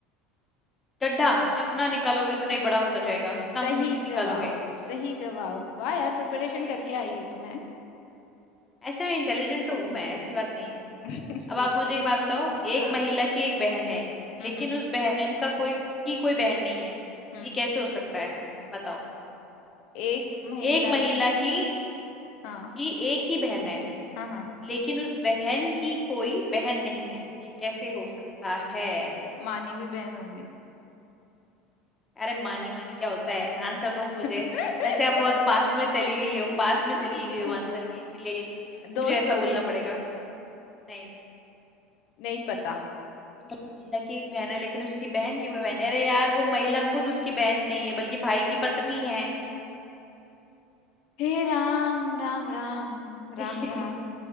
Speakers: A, on the left; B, on the left.
A: गड्ढा जितना निकालोगे उतना ही बड़ा होता जाएगा जितना
B: सही
A: मिट्टी
B: जवाब
A: निकालोगे
B: सही जवाब वाह यार प्रिपरेशन
A: ये
B: करके आई हो तुम्हें
A: ऐसे इंटेलिजेंट तो हूं मैं ऐसी बात नहीं है
B: <laughs>
A: अब
B: ठीक
A: आप मुझे एक बात बताओ एक
B: हाँ
A: महिला की एक बहन है लेकिन
B: हम्म हम्म
A: उस बहन का कोई की कोई बहन नहीं है
B: हम्म।
A: ये कैसे हो सकता है बताओ
B: एक महिला
A: एक महिला की
B: हाँ
A: की एक ही बहन है
B: हाँ हाँ
A: लेकिन उस बहन की कोई बहन नहीं है ये कैसे हो सकता है
B: मानवी बहन होगी
A: अरे मानी मानी क्या होता है आंसर दो मुझे
B: <laughs>
A: वैसे आप बहुत पास में चली गई हो पास
B: <laughs>
A: में चली गई हो आंसर के इसीलिए
B: दोस्त
A: मुझे ऐसा
B: होगे
A: बोलना पड़ेगा नहीं
B: नहीं पता
A: महिला की एक बहन है लेकिन उसकी बहन की वो बहन है अरे यार वो महिला खुद उसकी बहन नहीं है बल्कि भाई की पत्नी है
B: हे राम राम राम
A: <laughs>
B: राम राम